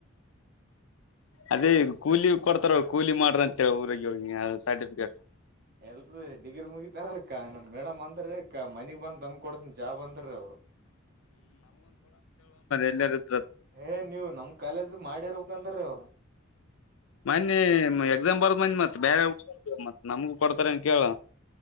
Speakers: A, on the left; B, on the right.
A: ಅದೇ ಕೂಲಿ ಕೊಡ್ತಾರ ಕೂಲಿ ಮಾಡ್ರಂತ ಊರಿಗೆ ಹೋಗಿ ಸರ್ಟಿಫಿಕೇಟ್
B: ಎಲ್ರಿ ಡಿಗ್ರಿ ಮುಗಿತ ಅಂದ್ರ ಕ ನಮ್ ಮೇಡಮ್ ಅಂದ್ರೀ ಮನಿಗ್ ಬಂದ ತಮ್ ಕೊಡ್ತನ್ ಜಾಬ್ ಅಂದ್ರೀ ಅವ್ರು
A: ಎಲ್ಲ
B: ಏ ನೀವು ನಮ್ ಕಾಲೇಜ್ ಮಾಡಿರ್ಬೇಕಕ್ಂತ್ರೀ ಅವ್ರು
A: ಮನ್ನಿ ಎಕ್ಸಾಮ್ ಬರದ ಮ ಮತ್ ಬೇರೆ ಹುಗ ಮತ್ ನಮಗು ಕೊಡ್ತಾರ ಅನ್ ಕೇಳ